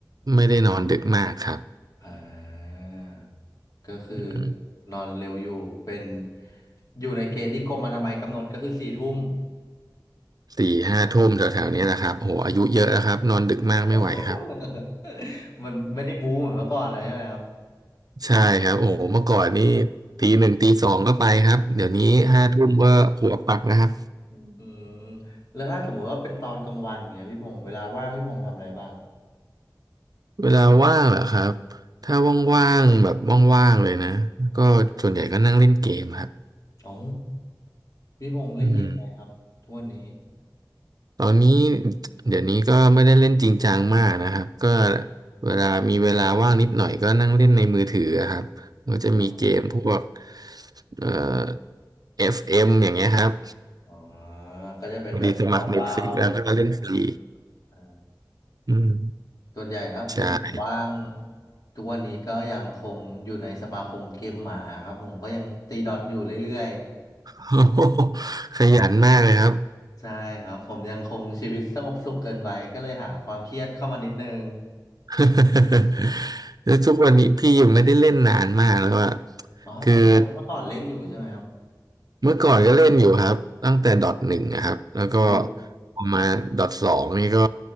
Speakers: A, on the right (about 55°); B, on the left (about 55°).
A: ไม่ได้นอนดึกมากครับ
B: อ่าก็คือ
A: อืม
B: นอนเร็วอยู่เป็นอยู่ในเกณฑ์ที่กรมอนามัยกำหนดก็คือสี่ทุ่ม
A: สี่ห้าทุ่มแถวๆนี้นะครับโอ้โหอายุเยอะแล้วครับนอนดึกมากไม่ไหวครับ
B: <laughs> มันไม่ได้บู๊เหมือนเมื่อก่อนแล้วใช่ไหมครับ
A: ใช่ครับโอ้โหเมื่อก่อนนี่ตีหนึ่งตีสองก็ไปครับเดี๋ยวนี้ห้าทุ่มก็หัวปักนะครับ
B: อืมแล้วถ้าสมมติว่าเป็นตอนกลางวันเนี่ยพี่พงษ์เวลาว่างพี่พงษ์ทำอะไรบ้าง
A: เวลาว่างเหรอครับถ้าว่างๆแบบว่างๆเลยนะก็ส่วนใหญ่ก็นั่งเล่นเกมครับ
B: อ๋อพี่พงษ์เล่นเกมอะไรครับทุกวันนี้
A: อืม ตอนนี้เดี๋ยวนี้ก็ไม่ได้เล่นจริงจังมากนะครับก็เวลามีเวลาว่างนิดหน่อยก็นั่งเล่นในมือถือครับมันจะมีเกมพวก
B: อ๋อ
A: เอ่อ FM อฟเอ็มอย่างเงี้ยครับ
B: อ๋อก็จะเป็นแบบเบาๆ
A: พอดีสมัคร Netflix แล้วก็เล่นฟรี
B: อ่า
A: อืม
B: ส่วนใหญ่ถ้าเป็นผมว่าง
A: ใช่
B: ทุกวันนี้ก็ยังคงอยู่ในสมาคมเกมหมาครับผมก็ยังตีดอทอยู่เรื่อย
A: <laughs> โอ้โหขยันมากเลยครับ
B: ๆใช่ครับผมยังคงชีวิตสงบสุขเกินไปก็เลยหาความเครียดเข้ามานิดนึง
A: <laughs> แล้วทุกวันนี้พี่ยังไม่ได้เล่นนานมากแล้วอะ
B: อ๋อเมื่อเมื่อก่อนเล่นอยู่ใช่ไหมครับ
A: คือ เมื่อก่อนก็เล่นอยู่ครับตั้งแต่ดอทหนึ่งนะครับแล้วก็
B: อู
A: พอมาดอทสองนี่ก็